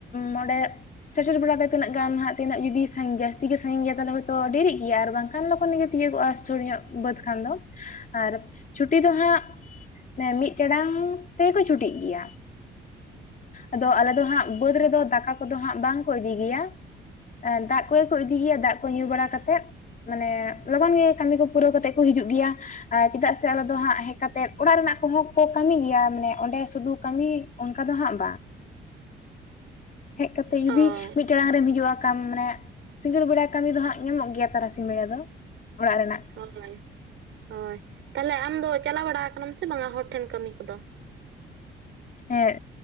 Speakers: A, on the left; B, on the right.
A: ᱱᱰᱮ- ᱥᱮᱴᱮᱨ ᱵᱟᱲᱟ ᱛᱮ ᱛᱤᱱᱟᱹᱜ ᱜᱟᱱ ᱦᱟᱸᱜ ᱛᱤᱱᱟᱹᱜ ᱡᱩᱫᱤ ᱥᱟ ᱡᱟᱥᱛᱤ ᱜᱮ ᱥᱟᱺᱜᱤᱧ ᱜᱮᱭᱟ ᱛᱟᱦᱚᱞᱮ ᱦᱚᱭᱛᱚ ᱰᱮᱨᱤᱜ ᱜᱮᱭᱟ ᱵᱟᱝᱠᱷᱟᱱ ᱞᱚᱜᱚᱱ ᱜᱮ ᱛᱤᱭᱳᱟᱹᱜᱚᱜᱼᱟ ᱥᱩᱨ ᱧᱚᱜ ᱵᱟᱹᱫᱽ ᱠᱷᱟᱱ ᱫᱚ ᱟᱨ ᱪᱷᱩᱴᱤ ᱫᱚ ᱦᱟᱸᱜ᱾ ᱮᱢ ᱢᱤᱫ ᱴᱟᱲᱟᱝ ᱛᱮᱠᱚ ᱪᱷᱩᱴᱤᱜ ᱜᱮᱭᱟ ᱟᱫᱚ ᱟᱞᱮ ᱫᱚ ᱦᱟᱸᱜ ᱵᱟᱹᱫᱽ ᱨᱮᱫᱚ ᱫᱟᱠᱟ ᱠᱚᱫᱚ ᱦᱟᱸᱜ ᱵᱟᱝ ᱠᱚ ᱤᱫᱤ ᱜᱮᱭᱟ ᱫᱟᱜ ᱟᱠᱳ ᱜᱮ ᱠᱚ ᱤᱫᱤ ᱜᱮᱭᱟ ᱫᱟᱜ ᱠᱚ ᱧᱩ ᱵᱟᱲᱟ ᱠᱟᱛᱮᱫ ᱢᱟᱱᱮ ᱞᱚᱜᱚᱱ ᱜᱮ ᱠᱟᱹᱢᱤ ᱠᱚ ᱯᱩᱨᱟᱹᱣ ᱠᱟᱛᱮᱫ ᱠᱚ ᱦᱤᱡᱩᱜ ᱜᱮᱭᱟ ᱟ ᱪᱮᱫᱟᱜ ᱥᱮ ᱟᱞᱮ ᱫᱚ ᱦᱟᱸᱜ ᱦᱮᱡ ᱠᱟᱛᱮᱫ ᱚᱲᱟᱜ ᱨᱮᱱᱟᱜ ᱠᱚᱦᱚᱸ ᱠᱚ ᱠᱟᱹᱢᱤ ᱜᱮᱭᱟ ᱢᱟᱱᱮ ᱚᱸᱰᱮ ᱥᱩᱫᱩ ᱠᱟᱹᱢᱤ ᱚᱝᱠᱟ ᱫᱚ ᱦᱟᱸᱜ ᱵᱟ ᱦᱮᱡ ᱠᱟᱛᱮ ᱡᱩᱫᱤ
B: ᱚ
A: ᱢᱤᱫ ᱴᱟᱲᱟᱝ ᱨᱮᱢ ᱦᱤᱡᱩᱜᱼᱟ ᱠᱟᱢ ᱢᱟᱱᱮ ᱥᱤᱸᱜᱟᱹᱲ ᱵᱮᱲᱟ ᱠᱟᱹᱢᱤ ᱫᱚ ᱦᱟᱸᱜ ᱧᱟᱢᱚᱜ ᱜᱮᱭᱟ ᱛᱟᱨᱟ ᱥᱤᱧ ᱵᱮᱲᱟ ᱫᱚ ᱚᱲᱟᱜ ᱨᱮᱱᱟᱜ
B: ᱦᱳᱭ ᱦᱳᱭ ᱛᱟᱦᱞᱮ ᱟᱢ ᱫᱚ ᱪᱟᱞᱟᱣ ᱵᱟᱲᱟ ᱠᱟᱱᱟᱢ ᱥᱮ ᱵᱟᱝᱟ ᱦᱚᱲ ᱴᱷᱮᱱ ᱠᱟᱹᱢᱤ ᱠᱚᱫᱚ
A: ᱮᱸᱜ